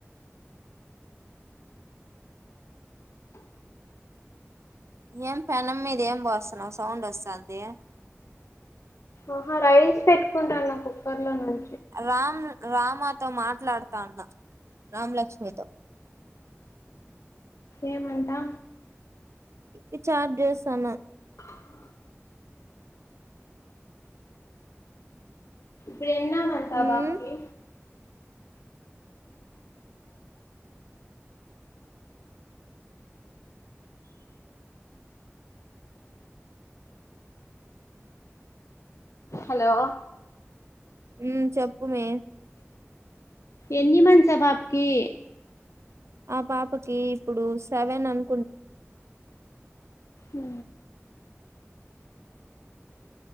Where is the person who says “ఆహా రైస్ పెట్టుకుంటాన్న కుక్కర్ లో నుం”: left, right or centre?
Left